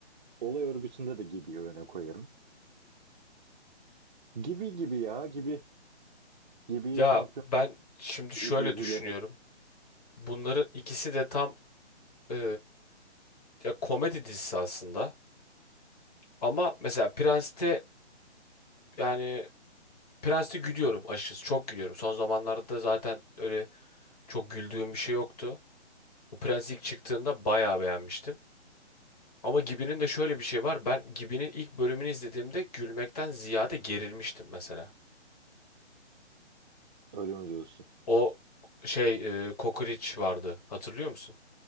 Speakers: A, on the right (about 45°); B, on the left (about 35°).
A: olay örgüsünde de Gibi'yi öne koyarım. Gibi gibi ya gibi gibi
B: Ya
A: şampiyon.
B: ben şimdi şöyle
A: Üzülerek
B: düşünüyorum. Bunların ikisi de tam e, ya komedi dizisi aslında. Ama mesela Prens'te yani Prens'te gülüyorum açıkçası. Çok gülüyorum. Son zamanlarda zaten öyle çok güldüğüm bir şey yoktu. O Prens ilk çıktığında bayağı beğenmiştim. Ama Gibi'nin de şöyle bir şey var. Ben Gibi'nin ilk bölümünü izlediğimde gülmekten ziyade gerilmiştim mesela.
A: öyle mi diyorsun?
B: O şey e, Kokoreç vardı. Hatırlıyor musun?